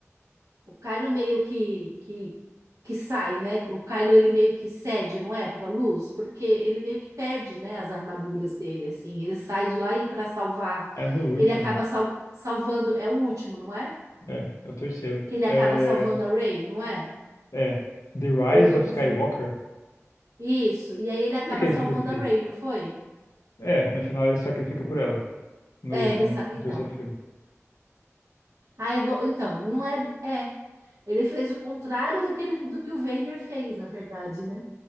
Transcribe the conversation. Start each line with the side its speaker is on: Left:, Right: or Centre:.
Right: o Kylo meio que, que, que sai, né? O Kylo ele meio que cede, não é, para luz, porque ele meio que perde, né, as armaduras dele, assim. Ele sai de lá e para salvar,
Left: É no último.
Right: ele acaba sal- salvando, é o último, não é?
Left: É, é o terceiro.
Right: Que ele acaba
Left: É,
Right: salvando a Rey, não é?
Left: é The Rise
Right: Ou eu tô
Left: of
Right: confundindo.
Left: Skywalker.
Right: Isso. E aí ele acaba
Left: Como é que é
Right: salvando
Left: esse em português?
Right: a Ray, não foi?
Left: É, no final ele se sacrifica por ela. No
Right: É,
Left: último,
Right: ele sa... então.
Left: no terceiro filme.
Right: Aí, eu go- então, não é. É. Ele fez o contrário do que, ele, do que o Vader fez, na verdade, né?